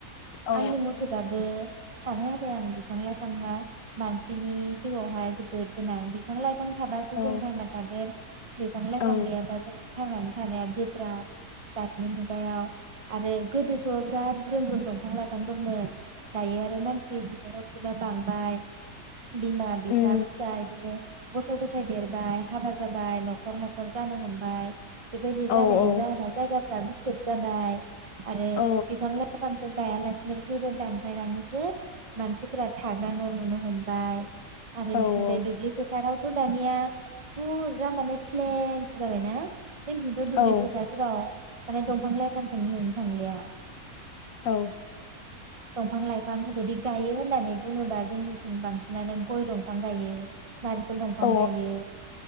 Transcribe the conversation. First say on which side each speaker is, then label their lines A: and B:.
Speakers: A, on the left (about 70°); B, on the right (about 40°).
A: औ
B: आंनि मथेबाबो सानो आरो आं बिफां लाइफाङा मानसिनि जिउआवहाय जो बोद गोनां बिफां लाइफ फां थाबासो
A: औ
B: जों थांना थागोन। बिफां लायफां
A: औ
B: गैयाबा जों थांनानै थानाया गोब्राब दानि नि मुगायाव आरो गोदो थ' बिराद ग्रोम ग्रोम दंफां लाइफां दंमोन। दायो आरो मानसि <unintelligible> बांबाय बिमा बिफा
A: उम
B: फिसा बिदिनो गथ' गथाय देरबाय हाबा जाबाय न'खर न'खर जानो हमबाय। बेबायदि
A: औ
B: जानाय
A: औ
B: जाहोना जायगा फोरा गुसेब जाबाय। आरो
A: औ
B: बिफां लाइफां गायालासिनो बेफोरखौ दानफायनानैसो मानसिफोरा थाग्रा न' लुनो हमबाय। आरोे
A: औ
B: बि थिंजाय दुब्लि फोथाराव थ' दानिया फुरा माने प्लेनसो जाबायना? जोंथिंथ' दुब्लि
A: औ
B: फोथारफोराव माने दंफां लाइफांखौनो मोननो थांलिया।
A: औ
B: दंफां लाइफां जुदि गायो होननानै बुङोबा जोंनिथिं बांसिनानो गय दं फां गायो । नारिखल दंफां
A: औ
B: गायो ।